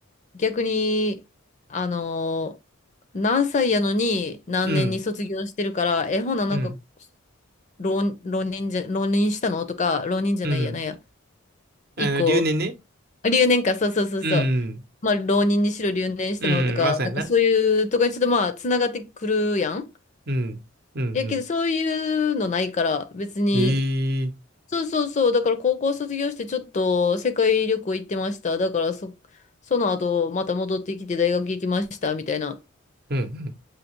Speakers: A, on the left; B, on the right.
A: 逆に、あの、何歳やのに何年に卒業してるから、
B: うん、
A: え、ほななんか
B: うん、
A: 浪、浪人じゃ、浪人したのとか、浪人じゃないやなんや。
B: うん。あの、
A: 一個
B: 留年ね。
A: 留年か、そうそうそうそう。
B: うん、
A: まあ、浪人にしろ留年したのとか、
B: うん、まさやな。
A: なんかそういうとかにちょっとまあ、つながってくるやん。
B: うん、うん、
A: いやけど、
B: うん。
A: そういうのないから、別に。
B: へえ、
A: そうそうそう。だから高校卒業してちょっと世界旅行行ってました。だからそ、その後、また戻ってきて大学行きました、みたいな、
B: うん、うん。